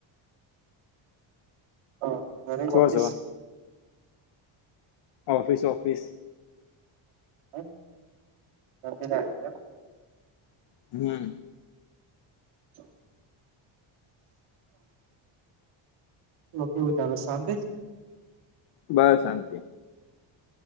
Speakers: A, on the right; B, on the left.
A: હ મારે
B: છો
A: ઓફીસ
B: છો ઓફિસ-ઓફિસ.
A: ઓફીસ એમ.
B: હમ્મ.
A: <inaudible> તો કેવું ચાલે શાંતિ.
B: બસ શાંતિ.